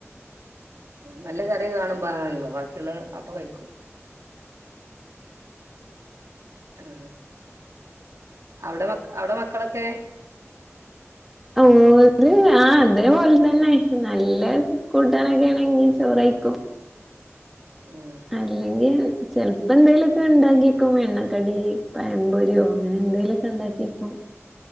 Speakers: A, on the right; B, in the centre.
A: നല്ല കറി കാണുംബോണല്ലോ ബാക്കിയുള്ള അപ്പൊ കഴിക്കും ആ അവിടെ മക്ക അവിടെ മക്കളൊക്കെ <inaudible>
B: ഓര് ആ അതേപോലെത്തന്നെ നല്ല കൂട്ടാനൊക്കെ ആണെങ്കി ചോറയിക്കും
A: ആഹ്
B: അല്ലെങ്കി ചെലപ്പോ എന്തേലുമൊക്കെ ഉണ്ടാക്കിക്കും എണ്ണക്കടി പയംമ്പൊരിയോ അങ്ങനെ എന്തെലൊക്കെ ഉണ്ടാക്കിയേക്കും